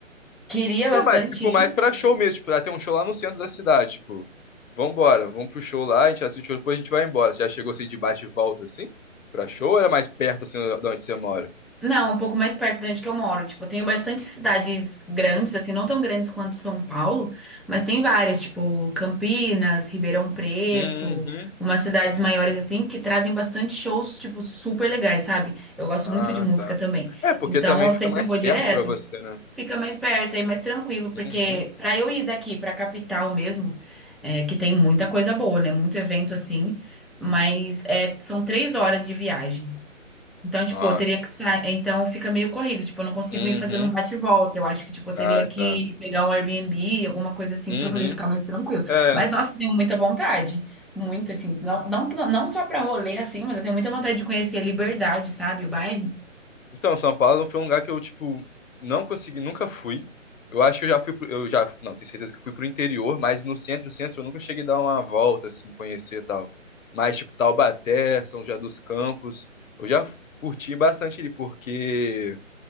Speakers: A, in the centre; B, on the left (about 80°).
A: Queria bastante
B: Não, mas tipo,
A: ir.
B: mais pra show mesmo. Tipo, ah, tem um show lá no centro da cidade, tipo. Vambora, vamos pro show lá, a gente assiste o show, depois a gente vai embora. Você já chegou assim de bate e volta assim? Pra show ou era mais perto assim de onde você mora?
A: Não, um pouco mais perto de onde que eu moro. Tipo, eu tenho bastante cidades grandes, assim, não tão grandes quanto São Paulo, mas tem várias, tipo Campinas, Ribeirão Preto,
B: Uhum.
A: umas cidades maiores, assim, que trazem bastante shows, tipo, super legais, sabe? Eu gosto
B: Ah,
A: muito de música
B: tá.
A: também.
B: É, porque
A: Então,
B: também
A: eu
B: fica
A: sempre
B: mais
A: vou
B: perto
A: direto.
B: pra você, né?
A: Fica mais perto e mais tranquilo, porque
B: Uhum.
A: pra eu ir daqui pra capital mesmo, é, que tem muita coisa boa, né? Muito evento assim, mas é, são três horas de viagem. Então, tipo,
B: Nossa.
A: eu teria que sair. Então fica meio corrido, tipo, eu não consigo
B: Uhum.
A: ir fazendo um bate e volta. Eu acho que, tipo, eu teria
B: Ah,
A: que
B: tá.
A: pegar um Airbnb, alguma coisa assim,
B: Uhum.
A: pra poder ficar mais tranquilo.
B: É,
A: Mas, nossa, eu tenho muita vontade. Muito, assim, não, não, não só pra rolê, assim, mas eu tenho muita vontade de conhecer a Liberdade, sabe? O bairro.
B: Então, São Paulo foi um lugar que eu, tipo, não consegui, nunca fui. Eu acho que eu já fui pro, eu já, não, tenho certeza que fui pro interior, mas no centro, centro eu nunca cheguei a dar uma volta assim, conhecer e tal. Mas tipo Taubaté, São José dos Campos, eu já f- curti bastante ali porque